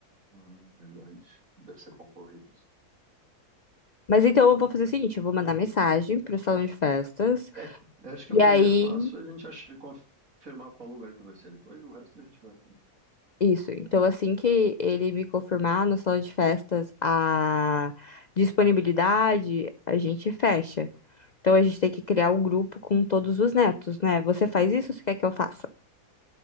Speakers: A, on the right; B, on the left.
A: Ah, verdade. Deve ser concorrido.
B: Mas então eu vou fazer o seguinte, eu vou mandar mensagem pro salão de festas.
A: É, eu acho que
B: E
A: o primeiro
B: aí,
A: passo é a gente achar, confirmar qual lugar que vai ser depois, o resto a gente vai.
B: isso. Então assim que ele me confirmar no salão de festas a disponibilidade, a gente fecha. Então a gente tem que criar um grupo com todos os netos, né? Você faz isso ou você quer que eu faça?